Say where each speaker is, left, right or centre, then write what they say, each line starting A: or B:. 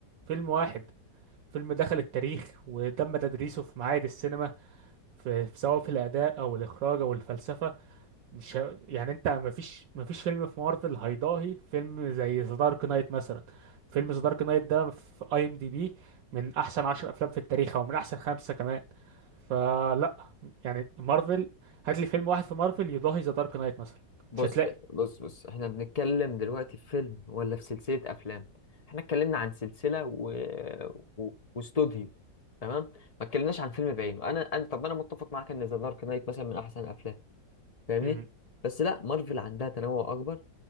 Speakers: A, on the right (about 80°); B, on the left (about 30°).
A: فيلم واحد فيلم دخل التاريخ وتم تدريسه في معاهد السينما في في سواء في الأداء أو الإخراج أو الفلسفة مش ه... يعني انت مفيش مفيش فيلم في مارفل هيضاهي فيلم زي ذا دارك نايت مثلا فيلم ذا دارك نايت ده في اي ام دي بي من احسن عشر افلام في التاريخ او من احسن خمسة كمان فلا يعني مارفل هات لي فيلم واحد في مارفل يضاهي ذا دارك نايت مثلا
B: بص
A: مش هتلاقي
B: بص بص احنا بنتكلم دلوقتي في فيلم ولا في سلسلة افلام احنا اتكلمنا عن سلسلة و... و... واستوديو تمام ما اتكلمناش عن فيلم بعينه انا انا طب انا متفق معاك ان ذا دارك نايت مثلا من احسن الافلام فاهمني
A: امم
B: بس لا مارفل عندها تنوع اكبر